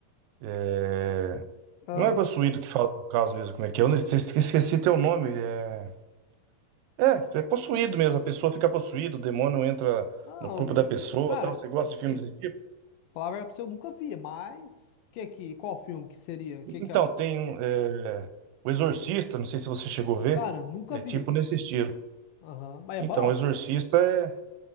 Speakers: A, on the right; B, on the left.
A: é,
B: ah,
A: não é possuído que fala do caso mesmo, como é que é? Eu não- esqueci, esqueci teu nome. É, é, é possuído mesmo, a pessoa fica possuída, o demônio entra
B: ah,
A: no corpo
B: um,
A: da pessoa,
B: cara,
A: tal. Você gosta
B: sim,
A: de filme desse tipo?
B: falar a verdade pra você, eu nunca vi, mas que que, qual filme que seria?
A: E-
B: Que
A: Então,
B: que é o...
A: tem um, é, o Exorcista, não sei se você chegou a ver,
B: Cara, nunca
A: é
B: vi.
A: tipo nesse estilo.
B: Aham, Mas é
A: Então,
B: bom?
A: o Exorcista é,